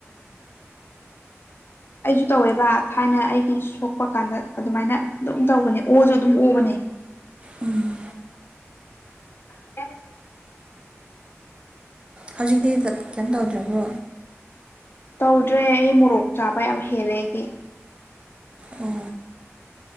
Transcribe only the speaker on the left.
ꯑꯩꯖꯨ ꯇꯧꯋꯦꯕ ꯊꯥꯏꯅ ꯑꯩꯒꯤ ꯁꯣꯛꯄ ꯀꯥꯟꯗ ꯑꯗꯨꯃꯥꯏꯅ ꯑꯗꯨꯝ ꯇꯧꯕꯅꯦ ꯑꯣꯖꯨ ꯑꯗꯨꯝ ꯑꯣꯕꯅꯦ
<unintelligible>
ꯇꯧꯗ꯭ꯔꯦ ꯑꯩ ꯃꯣꯔꯣꯛ ꯆꯥꯕ ꯌꯥꯝ ꯍꯦꯜꯂꯦ ꯑꯩꯗꯤ